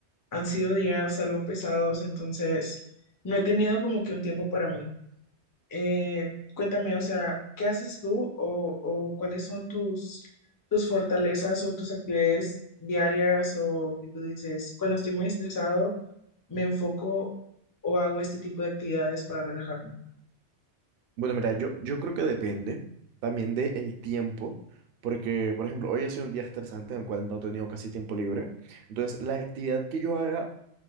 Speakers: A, on the left; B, on the right.
A: Han sido días algo pesados, entonces no he tenido como que un tiempo para mí. Eh, cuéntame, o sea, ¿qué haces tú o, o cuáles son tus, tus fortalezas o tus actividades diarias o que tú dices, cuando estoy muy estresado? me enfoco o hago este tipo de actividades para relajarme.
B: Bueno, mira, yo, yo creo que depende también del tiempo, porque, por ejemplo, hoy ha sido un día estresante en el cual no he tenido casi tiempo libre. Entonces, la actividad que yo haga